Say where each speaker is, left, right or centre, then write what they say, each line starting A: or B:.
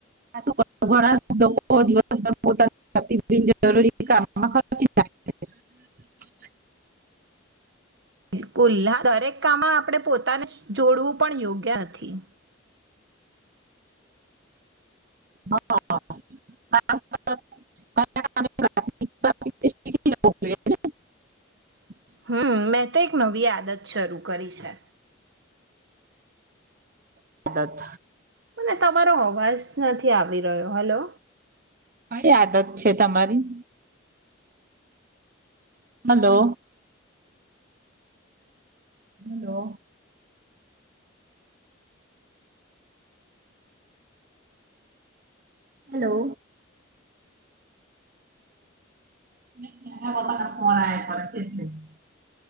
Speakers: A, on the right (about 45°); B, on the right (about 60°).
A: <unintelligible>
B: બિલકુલ દરેક કામમાં આપણે પોતાને જોડવું પણ યોગ્ય નથી
A: <unintelligible>
B: હમ્મ મેં તો એક નવી આદત શરૂ કરી છે
A: તત
B: મને તમારો અવાજ નથી આવી રહ્યો હલો
A: કઈ આદત છે તમારી હલો હલો હેલો <unintelligible>